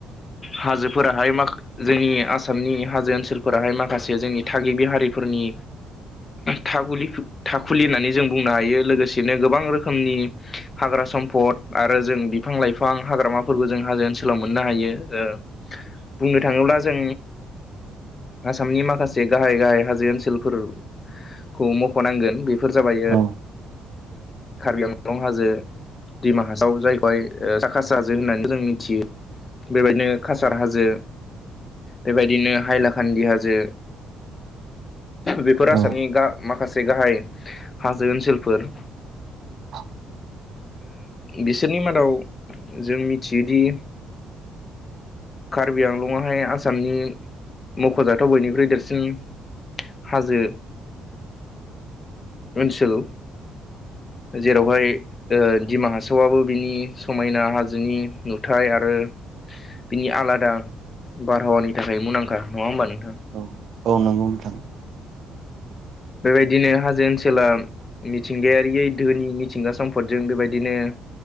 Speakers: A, on the left; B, on the right.
A: हाजोफोराहाय माखा जोंनि आसामनि हाजो ओनसोलफोराहाय माखासे जोंनि थागिबि हारिफोरनि थाखुलि थाखुलि होननानै जों बुंनो हायो लोगोसेनो गोबां रोखोमनि हाग्रा सम्फद आरो जों बिफां लाइफां हाग्रामाफोरबो जों हाजो ओनसोलाव मोननो हायो। ओ
B: <inaudible>
A: बुंनो थाङोब्ला जों आसामनि माखासे गाहाय गाहाय हाजो ओनसोलफोरखौ मख'नांगोन बेफोर जाबाय
B: औ
A: कार्बि आंलं हाजो दिमा हासाव जायखौहाय जाखास हाजो होननानैबो जों मिथियो। बेबायदिनो कासार हाजो बेबायदिनो हाइलाखान्दि हाजो। बेफोर
B: औ
A: आसामनि माखासे गाहाय हाजो ओनसोलफोर।
B: <inaudible>
A: बिसोरनि मादाव जों मिथियोदि कार्बि आंलंआहाय आसामनि मख'जाथाव बयनिख्रुइ देरसिन हाजो ओनसोल। जेरावहाय दिमाहासावाबो बिनि समायना हाजोनि नुथाय आरो बिनि आलादा बारहावानि थाखाय मुंदांखा नङा होमबा नोंथां।
B: औ औ नंगौ नोंथां।
A: बेबायदिनो हाजो ओनसोला मिथिंगायारियै धोनि मिथिंगा सम्फदजों। बेबायदिनो